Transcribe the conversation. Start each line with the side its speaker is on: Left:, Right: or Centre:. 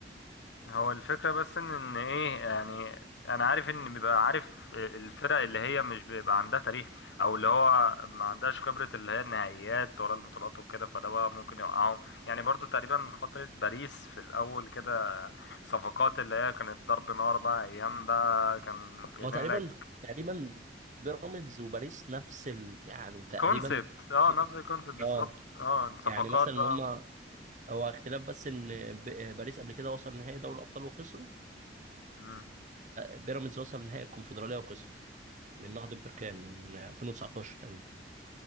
Left: هو الفكرة بس ان ان ايه يعني انا عارف ان بيبقى عارف الفرق اللي هي مش بيبقى عندها تاريخ او اللي هو ما عندهاش خبرة اللي هي النهائيات ولا البطولات وكده فده بقى ممكن يوقعهم يعني برضو تقريبا فترة باريس في الاول كده صفقات اللي هي كانت ضرب نار بقى ايام بقى كان جايبين
Right: هو تقريبا
Left: لك
Right: تقريبا بيراميدز وباريس نفس ال يعني تقريبا
Left: كونسبت
Right: <laughs>
Left: اه
Right: في-
Left: نفس الكونسبت بالظبط
Right: اه
Left: اه صفقات
Right: يعني مثلا
Left: بقى
Right: إن هما هو اختلاف بس إن ب- باريس قبل كده وصل نهائي دوري الأبطال وخسروا
Left: مم.
Right: بيراميدز وصل نهائي الكونفدرالية وخسر من نهضة بركان من 2019 تقريبا